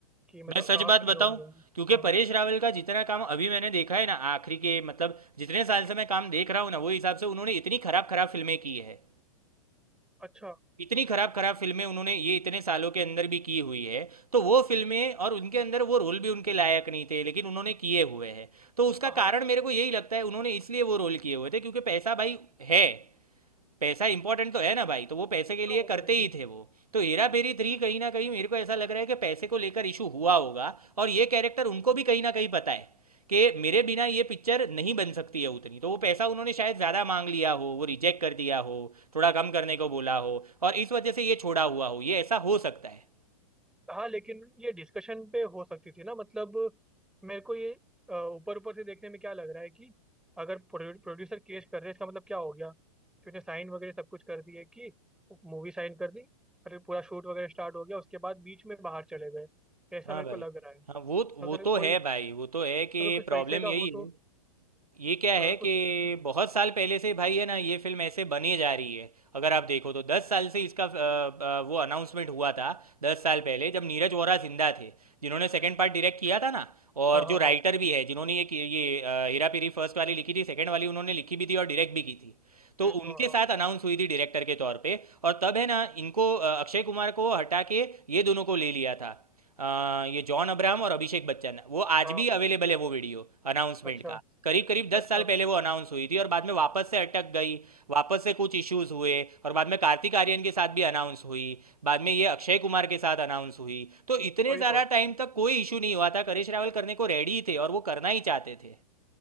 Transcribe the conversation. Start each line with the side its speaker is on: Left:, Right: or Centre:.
Centre: कि मतलब
Right: मैं सच
Centre: कहा
Right: बात
Centre: सुनी
Right: बताऊं
Centre: होगी होगी
Right: क्योंकि
Centre: हाँ
Right: परेश रावल का जितना काम अभी मैंने देखा है ना आखिरी के मतलब जितने साल से मैं काम देख रहा हूँ ना वो हिसाब से उन्होंने इतनी खराब खराब फिल्में की है
Centre: अच्छा
Right: इतनी खराब खराब फिल्में उन्होंने ये इतने सालों के अंदर भी की हुई है तो वो फिल्में और उनके अंदर वो रोल भी उनके लायक नहीं थे लेकिन उन्होंने किए हुए हैं तो उसका
Centre: हाँ हाँ
Right: कारण मेरे को यही लगता है उन्होंने इसलिए वो रोल किए हुए थे क्योंकि पैसा भाई है पैसा इंपॉर्टेंट तो है ना भाई तो वो पैसे के लिए
Centre: हाँ वो
Right: करते
Centre: तो है ही
Right: ही थे वो तो हेरा फेरी थ्री कहीं ना कहीं मेरे को ऐसा लग रहा है कि पैसे को लेकर इशू हुआ होगा और ये कैरेक्टर उनको भी कहीं ना कहीं पता है कि मेरे बिना ये पिक्चर नहीं बन सकती है उतनी तो वो पैसा उन्होंने शायद ज़्यादा मांग लिया हो वो रिजेक्ट कर दिया हो थोड़ा कम करने को बोला हो और इस वजह से ये छोड़ा हुआ हो ये ऐसा हो सकता है
Centre: हाँ लेकिन ये डिस्कशन पे हो सकती थी ना मतलब मेरे को ये ऊपर ऊपर से देखने में क्या लग रहा है कि अगर प्रोड्यूसर केस कर रहे हैं इसका मतलब क्या हो गया कि उसने साइन वगैरह सब कुछ कर दिए कि मूवी साइन कर दी अरे पूरा शूट वगैरह स्टार्ट हो गया उसके बाद बीच में बाहर चले गए ऐसा
Right: हाँ
Centre: मेरे
Right: भाई
Centre: को लग रहा है
Right: हाँ वो वो
Centre: अगर कोई
Right: तो है भाई वो तो है कि
Centre: अगर कुछ
Right: प्रॉब्लम
Centre: पैसे का
Right: यही
Centre: हो तो
Right: है ये क्या
Centre: अगर
Right: है
Centre: कुछ
Right: कि
Centre: हम्म,
Right: बहुत साल पहले से भाई है ना ये फिल्म ऐसे बनी जा रही है अगर आप देखो तो दस साल से इसका अ, अ, वो अनाउंसमेंट हुआ था दस साल पहले जब नीरज वोरा जिंदा थे जिन्होंने सेकंड
Centre: हम्म,
Right: पार्ट डायरेक्ट किया था ना और
Centre: हाँ हाँ
Right: जो राइटर
Centre: हाँ
Right: भी है जिन्होंने ये कि- ये अ, हेरा फेरी फर्स्ट वाली लिखी थी सेकंड वाली उन्होंने लिखी भी थी और डायरेक्ट भी की थी तो
Centre: हम्म,
Right: उनके
Centre: हाँ हाँ
Right: साथ अनाउंस हुई थी डायरेक्टर के तौर पे और तब है ना इनको अ, अक्षय कुमार को हटा के ये दोनों को ले लिया था अ, ये जॉन अब्राहम और अभिषेक बच्चन वो आज
Centre: हाँ हाँ,
Right: भी
Centre: हाँ,
Right: अवेलेबल है वो वीडियो अनाउंसमेंट
Centre: अच्छा
Right: का करीब करीब दस
Centre: अच्छा
Right: साल पहले वो अनाउंस हुई थी और बाद में वापस से अटक गई वापस से कुछ इश्यूज हुए और बाद में कार्तिक आर्यन के साथ भी अनाउंस हुई बाद में ये अक्षय कुमार के साथ अनाउंस हुई तो इतने
Centre: वही
Right: ज़्यादा
Centre: तो
Right: टाइम तक कोई इशू नहीं हुआ था करेश रावल करने को रेडी थे और वो करना ही चाहते थे